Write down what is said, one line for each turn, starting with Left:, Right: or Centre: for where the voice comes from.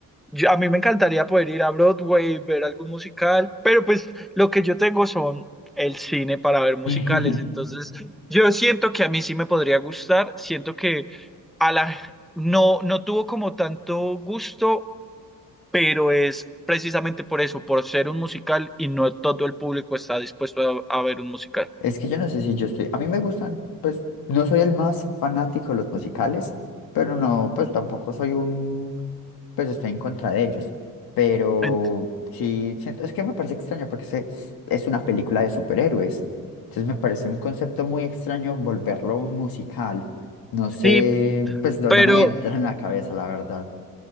Centre: yo- a mí me encantaría poder ir a Broadway, ver algún musical, pero pues lo que yo tengo son el cine para ver musicales,
Left: <laughs>
Centre: entonces yo siento que a mí sí me podría gustar, siento que a la no no tuvo como tanto gusto, pero es precisamente por eso, por ser un musical y no todo el público está dispuesto a, a ver un musical.
Left: Es que yo no sé si yo estoy, a mí me gustan, pues no soy el más fanático de los musicales, pero no, pues tampoco soy un, pues estoy en contra de ellos. Pero
Centre: Ent-
Left: sí, siento, es que me parece extraño porque se- es, es una película de superhéroes. Entonces me parece un concepto muy extraño volverlo un musical. No sé,
Centre: sí,
Left: pues no,
Centre: pero
Left: no me entra en la cabeza, la verdad.